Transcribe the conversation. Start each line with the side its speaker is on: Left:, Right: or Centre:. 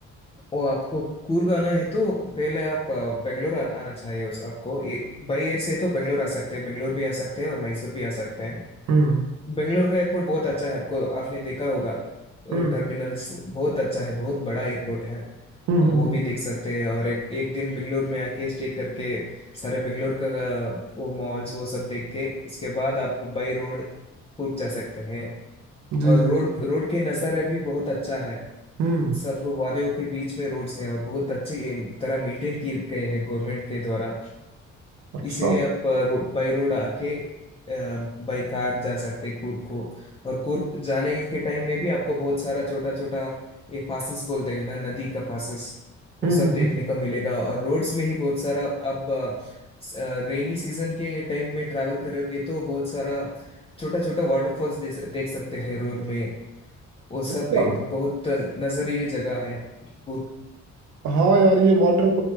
Left: वो आपको कूर्ग आना है तो पहले आप अ, बेंगलोर आ, आना चाहिए उस आपको बाई एयर से तो बेंगलोर आ सकते हैं बेंगलोर भी आ सकते हैं और मैसूर भी आ सकते हैं
Right: हम्म
Left: बेंगलोर का एयरपोर्ट बहुत अच्छा है आपको आपने देखा होगा
Right: हम्म
Left: टर्मिनल्स बहुत अच्छा है बहुत बड़ा एयरपोर्ट है
Right: हम्म
Left: वो
Right: हम्म हम्म,
Left: भी देख सकते हैं और एक एक दिन बेंगलोर में आके स्टे करके सारे बेंगलोर का अ, वो मॉल्स वो सब देख के उसके बाद आप बाई रोड कुर्ग जा सकते हैं
Right: जी
Left: और रोड
Right: जी जी
Left: रोड के नज़ारा भी बहुत अच्छा है
Right: हम्म
Left: सब वादियों के बीच में रोड्स हैं और बहुत अच्छी तरह मेंटेन किए गए हैं गवर्नमेंट के द्वारा
Right: अच्छा
Left: इसीलिए
Right: हम्म
Left: आप रो, बाई रोड आके बाई कार जा सकते हैं कुर्ग को और कुर्ग जाने के टाइम में भी आपको बहुत सारा छोटा छोटा ये पासेस बोलते हैं ना नदी का पासेस वो
Right: हम्म
Left: सब देखने
Right: हम्म,
Left: को मिलेगा और रोड्स में ही बहुत सारा अब रेनी सीजन के टाइम में ट्रैवल करोगे तो बहुत सारा छोटा छोटा वाटरफॉल्स देख, देख सकते हैं रोड में वो
Right: अच्छा
Left: सब एक बहुत नजरीय जगह है कुर्ग
Right: हाँ यार ये वाटर